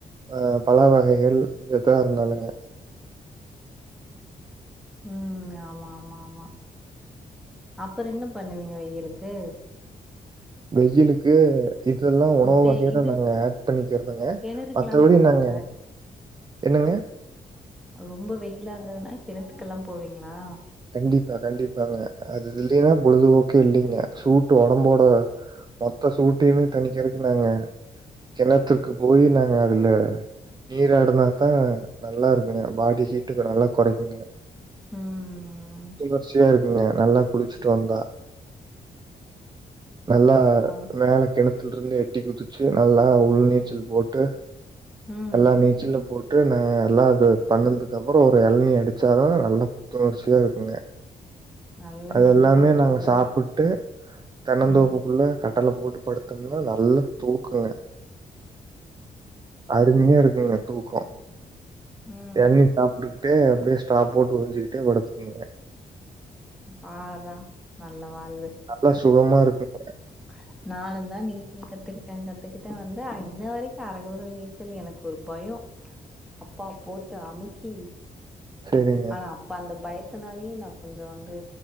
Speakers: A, on the right; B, in the centre.
A: அ பழ வகைகள் எதா இருந்தாலுங்க
B: ம் ஆமா ஆமா ஆமா அப்றோ என்ன பண்ணுவீங்க வெயிலுக்கு
A: வெயிலுக்கு இதெல்லா உணவு
B: தே
A: வகைள
B: இது
A: நாங்க ஆட் பண்ணிக்குறதுங்க
B: கிணறுக்கெல்லாம்
A: மத்தபடி
B: போவீங்களா?
A: நாங்க என்னங்க
B: ரொம்ப வெயிலா இருந்ததுன்னா கிணத்துக்கெல்லா போவீங்களா
A: கண்டிப்பா கண்டிப்பாங்க அது இல்லைன்னா பொழுதுபோக்கே இல்லைங்க சூட்டு உடம்போட மொத்த சூட்டையுமே தணிக்கிறக்கு நாங்க கிணத்திற்கு போயி நாங்க அதுல நீராடுனாதா நல்லா இருக்குங்க பாடி ஹீட்டுக்கு நல்லா கொறைக்குங்க
B: ம் ம்
A: குளிர்ச்சியா இருக்குங்க நல்லா குளிச்ட்டு வந்தா நல்லா
B: ஆ.
A: மேல கெணத்துல இருந்து எட்டி குதிச்சு நல்லா உள் நீச்சல் போட்டு
B: ம்.
A: எல்லா நீச்சலும் போட் டு நாங்க எல்லா இது பண்ணதுக்கு அப்புறோ ஒரு எள்னி அடிச்சாதா நல்லா புத்துணர்ச்சியா இருக்குங்க
B: நல்லா
A: அது
B: ஜில்லுன்னு
A: எல்லாமே
B: இருக்கும்
A: நாங்க
B: இல்லையா?
A: சாப்பிட்டு தென்னந்தோப்புக்குள்ள
B: ம்.
A: கட்டல போட்டு படுத்தம்னா நல்லா தூக்கோங்க அருமையா இருக்குங்க தூக்கோ
B: ம்.
A: எள்நீ சாப்ட்டு டே அப்டியே ஸ்ட்ரா போட்டு உரிஞ்சிக்கிட்டே படுத்துக்கோங்க
B: பார்றா நல்ல வாழ்வு
A: நல்லா சுகமா இருக்குங்க
B: ஆ நானுந்தா நீச்சல் கத்துக்கிட்டே கத்துக்கிட்டே வந்து இன்ன வரைக்கு அரக்குறல் நீச்சல் எனக்கு ஒரு பயோ அப்பா போட்டு அமுக்கி
A: செரிங்க
B: ஆனா அப்ப அந்த பயத்தினாலயே நா கொஞ்சோ வந்து